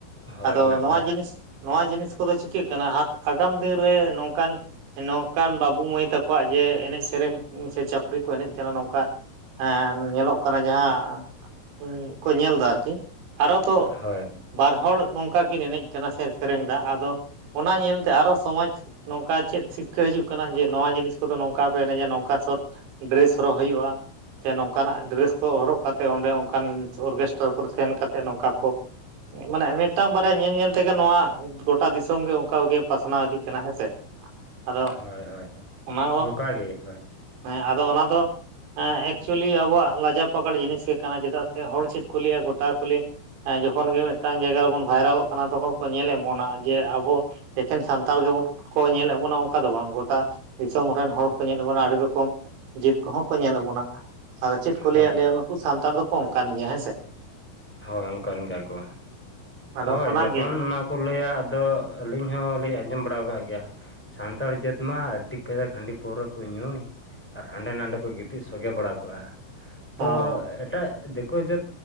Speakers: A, in the centre; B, on the right.
A: ᱦᱳᱭ
B: ᱟᱫᱚ
A: ᱢᱮᱱᱟᱜ
B: ᱱᱚᱣᱟ
A: ᱠᱚᱣᱟ
B: ᱡᱤᱱᱤᱥ, ᱱᱚᱣᱟ ᱡᱤᱱᱤᱥ ᱠᱚᱫᱚ ᱪᱤᱠᱟᱹᱜ ᱠᱟᱱᱟ ᱟᱠ, ᱟᱜᱟᱢ ᱫᱤᱱ ᱨᱮ ᱱᱚᱝᱠᱟᱱ, ᱱᱚᱝᱠᱟᱱ ᱵᱟᱹᱵᱩ ᱢᱟᱹᱭ ᱛᱟᱠᱚᱣᱟᱜ ᱡᱮ ᱮᱱᱮᱡᱽ ᱥᱮᱨᱮᱧ ᱥᱮ ᱪᱷᱟᱯᱨᱤ ᱠᱚ ᱮᱱᱮᱡᱽ ᱠᱟᱱᱟ ᱱᱚᱝᱠᱟ, ᱦᱮᱸ ᱧᱮᱞᱚᱜ ᱠᱟᱱᱟ ᱡᱟᱦᱟᱸ ᱠᱚ ᱧᱮᱞ ᱫᱟ ᱟᱨᱠᱤ᱾ ᱟᱨᱦᱚ ᱛᱚ
A: ᱦᱳᱭ
B: ᱵᱟᱨ ᱦᱚᱲ ᱱᱚᱝᱠᱟ ᱠᱤᱱ ᱮᱱᱮᱡᱽ, ᱠᱟᱱᱟ ᱥᱮ ᱥᱮᱨᱮᱧ ᱮᱫᱟ ᱟᱫᱚ ᱚᱱᱟ ᱧᱮᱞᱛᱮ ᱟᱨᱦᱚ ᱥᱚᱢᱟᱡᱽ, ᱱᱚᱝᱠᱟ ᱪᱮᱫ ᱥᱤᱠᱷᱟᱹ ᱦᱤᱡᱩᱜ ᱠᱟᱱᱟ ᱡᱮ ᱱᱚᱣᱟ ᱡᱤᱱᱤᱥ ᱠᱚᱫᱚ ᱱᱚᱝᱠᱟ ᱠᱚ ᱮᱱᱮᱡᱽ-ᱟ ᱱᱚᱝᱠᱟ ᱥᱚᱴ ᱰᱨᱮᱥ ᱦᱚᱨᱚᱜ ᱦᱩᱭᱩᱜᱼᱟ᱾ ᱥᱮ ᱱᱚᱝᱠᱟᱱᱟᱜ ᱰᱨᱮᱥ ᱠᱚ ᱦᱚᱨᱚᱜ ᱠᱟᱛᱮ ᱚᱸᱰᱮ ᱚᱱᱠᱟᱱ ᱚᱨᱜᱮᱥᱴᱟᱨ ᱠᱚᱨᱮ ᱥᱮᱱ ᱠᱟᱛᱮ ᱱᱚᱝᱠᱟ ᱠᱚ, ᱢᱟᱱᱮ ᱢᱤᱫᱴᱟᱝ ᱵᱟᱨᱭᱟ ᱧᱮᱞ-ᱧᱮᱞ ᱛᱮᱜᱮ ᱱᱚᱣᱟ, ᱜᱚᱴᱟ ᱫᱤᱥᱚᱢ ᱜᱮ ᱚᱝᱠᱟᱜᱮ ᱯᱟᱥᱱᱟᱣ ᱤᱫᱤᱜ ᱠᱟᱱᱟ ᱦᱮᱸᱥᱮ᱾ ᱟᱫᱚ
A: ᱦᱳᱭ-ᱦᱳᱭ-ᱦᱳᱭ
B: ᱚᱱᱟ ᱦᱚᱸ
A: ᱚᱱᱠᱟᱜ ᱜᱮ ᱦᱳᱭ,
B: ᱦᱮᱸ ᱟᱫᱚ ᱚᱱᱟ ᱫᱚ, ᱦᱮᱸ ᱮᱠᱪᱩᱞᱤ ᱟᱵᱚᱣᱟᱜ ᱞᱟᱡᱟ ᱯᱟᱠᱟᱲ ᱡᱤᱱᱤᱥ ᱜᱮ ᱠᱟᱱᱟ ᱪᱮᱫᱟᱜ ᱥᱮ ᱦᱚᱲ ᱪᱮᱫ ᱠᱚ ᱞᱟᱹᱭᱟ ᱜᱚᱴᱟ ᱠᱚ ᱞᱟᱹᱭᱟ᱾ ᱦᱮᱸ ᱡᱚᱠᱷᱚᱱ ᱜᱮ ᱢᱤᱫᱴᱟᱝ ᱡᱟᱭᱜᱟ ᱨᱮᱵᱚᱱ ᱵᱷᱟᱭᱨᱟᱞᱚᱜ ᱠᱟᱱᱟ ᱛᱚᱠᱷᱚᱱ ᱠᱚ ᱧᱮᱞ ᱮᱫ ᱵᱚᱱᱟ ᱡᱮ ᱟᱵᱚ, ᱮᱠᱦᱮᱱ ᱥᱟᱱᱛᱟᱲ ᱜᱮᱵᱚ ᱠᱚ ᱧᱮᱞ ᱮᱫ ᱵᱚᱱᱟ ᱚᱱᱠᱟ ᱫᱚ ᱵᱟᱝ ᱜᱚᱴᱟ ᱫᱤᱥᱚᱢ ᱨᱮᱱ ᱦᱚᱲ ᱠᱚ ᱧᱮᱞ ᱵᱚᱱᱟ ᱟᱹᱰᱤ ᱨᱚᱠᱚᱢ ᱡᱟᱹᱛ ᱠᱚᱦᱚᱸ, ᱠᱚ ᱧᱮᱞ ᱮᱫ ᱵᱚᱱᱟ ᱟᱫᱚ ᱪᱮᱫ ᱠᱚ
A: ᱦᱳᱭ
B: ᱞᱟᱹᱭᱟ, ᱞᱟᱹᱭᱟ ᱱᱩᱠᱩ ᱥᱟᱱᱛᱟᱲ ᱫᱚᱠᱚ ᱱᱚᱝᱠᱟᱱ ᱜᱮᱭᱟ ᱦᱮᱸ ᱥᱮ᱾
A: ᱦᱳᱭ ᱚᱱᱠᱟᱱ ᱜᱮᱭᱟ ᱠᱚ
B: ᱟᱫᱚ
A: ᱦᱳᱭ
B: ᱚᱱᱟᱜᱮ
A: ᱡᱚᱠᱷᱚᱱ ᱚᱱᱟ ᱠᱚ, ᱞᱟᱹᱭᱟ ᱟᱫᱚ ᱟᱹᱞᱤᱧ ᱦᱚᱸᱞᱤᱧ ᱟᱸᱡᱚᱢ ᱵᱟᱲᱟ ᱟᱠᱟᱫ ᱜᱮᱭᱟ᱾ ᱥᱟᱱᱛᱟᱲ ᱡᱟᱹᱛ ᱢᱟ ᱟᱹᱰᱤ ᱠᱟᱡᱟᱜ ᱦᱟᱺᱰᱤ ᱯᱟᱹᱣᱨᱟᱹ ᱠᱚ ᱧᱩᱭ᱾ ᱟᱨ ᱦᱟᱸᱰᱮ ᱱᱟᱰᱮ ᱠᱚ ᱜᱤᱛᱤᱡ ᱥᱚᱜᱮ ᱵᱟᱲᱟ ᱠᱚᱜ-ᱟ᱾ ᱛᱚ
B: ᱦᱚᱸ
A: ᱮᱴᱟᱜ ᱫᱤᱠᱩ ᱡᱟᱹᱛ